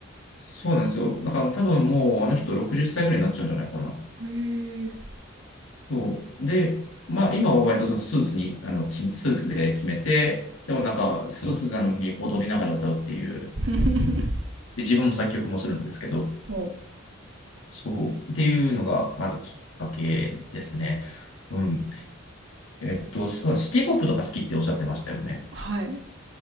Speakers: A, on the left; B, on the right.
A: そうなんですよ。だからもう多分もうあの人60歳くらいになっちゃうんじゃないかな。
B: へえ
A: そう。で、まあ今は割とそのスーツに、あの、きスーツで決めて、でもなんかスーツなのに踊りながら歌うっていう、
B: <laughs>
A: で、自分も作曲もするんですけど、
B: お、
A: そう、っていうのが、まずきっかけですね。うん。えっと、そう、シティポップとか好きっておっしゃってましたよね。
B: はい。